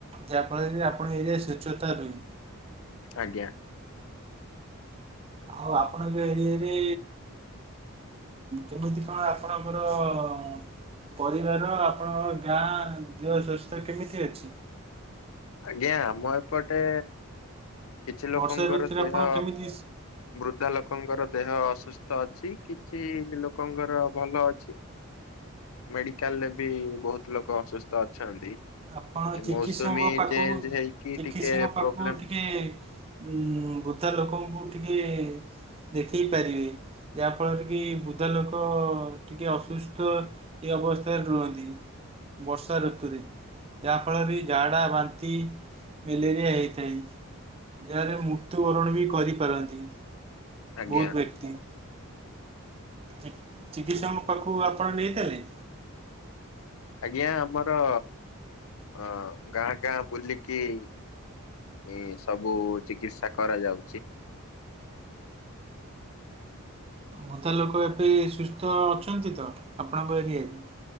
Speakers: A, on the right (about 25°); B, on the left (about 70°).
A: ଯାହାଫଳରେ ଆପଣ ଏରିଆ ସଚ୍ଛତା ରୁହେ।
B: ଆଜ୍ଞା।
A: ଆଉ ଆପଣଙ୍କ ଏରିଆରେ କେମିତି କଣ ଆପଣଙ୍କର? ପରିବାର ଆପଣଙ୍କ ଗାଁ ଦେହ ସ୍ୱାସ୍ଥ୍ୟ କେମିତି ଅଛି?
B: ଆଜ୍ଞା ଆମ ଏପଟେ କିଛି ଲୋକଙ୍କର
A: ବର୍ଷା ଋତୁରେ
B: ଦେହ
A: ଆପଣ କେମିତି
B: ବୃଦ୍ଧା ଲୋକଙ୍କର ଦେହ ଅସୁସ୍ଥ ଅଛି କିଛି ଲୋକଙ୍କର ଭଲ ଅଛି।
A: ହଉ <inaudible>
B: ମେଡିକାଲରେ ବି ବହୁତ ଲୋକ ଅସୁସ୍ଥ ଅଛନ୍ତି।
A: ଆପଣ
B: ଏ
A: ଚିକିତ୍ସଙ୍କ
B: ମୌସୁମୀ
A: ପାଖକୁ
B: ଚେଞ୍ଜ ହେଇକି
A: ଚିକିତ୍ସଙ୍କ
B: ଟିକେ
A: ପାଖକୁ
B: ପ୍ରୋବ୍ଲେମ
A: ଟିକେ ଉଁ ବୃଦ୍ଧା ଲୋକଙ୍କୁ ଟିକେ ଦେଖେଇ ପାରିବେ। ଯାହା ଫଳରେ କି ବୃଦ୍ଧା ଲୋକ ଟିକେ ଅସୁସ୍ଥ ଏ ଅବସ୍ଥାରେ ରୁହନ୍ତି। ବର୍ଷା ଋତୁରେ। ଯାହା ଫଳରେ ଝାଡ଼ା ବାନ୍ତି ମେଲେରିଆ ହେଇଥାଏ। ଯାହାରେ ମୃତ୍ୟୁବରଣ ବି କରିପାରନ୍ତି
B: ଆଜ୍ଞା
A: ବହୁତ ବ୍ୟକ୍ତି। ଚି ଚିକିତ୍ସଙ୍କ ପାଖକୁ ଆପଣ ନେଇଥିଲେ।
B: ଆଜ୍ଞା ଆମର ଅଁ ଗାଁ ଗାଁ ବୁଲିକି। ଏଁ ସବୁ ଚିକିତ୍ସା କରାଯାଉଛି।
A: ବୃଦ୍ଧା ଲୋକ ଏବେ ସୁସ୍ଥ ଅଛନ୍ତି ତ ଆପଣଙ୍କ ଏରିଆରେ।